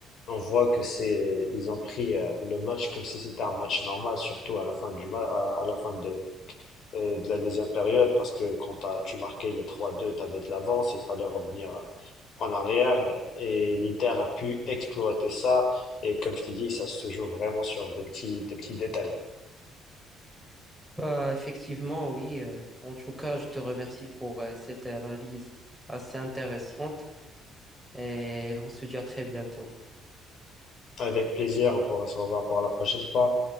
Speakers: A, on the left; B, in the centre.
A: on voit que c'est, euh, ils ont pris euh, le match comme si c'était un match normal, surtout à la fin du ma- à, à la fin de euh, de la deuxième période parce que quand t'as, tu marquais le 3-2, tu avais de l'avance, il fallait revenir en arrière et l'Inter a pu exploiter ça et comme je t'ai dit, ça se joue vraiment sur des petits, des petits détails.
B: Bah, effectivement, oui. euh, en tout cas, je te remercie pour euh, cette analyse assez intéressante et on se dit à très bientôt.
A: Avec plaisir, on pourra se revoir pour la prochaine fois.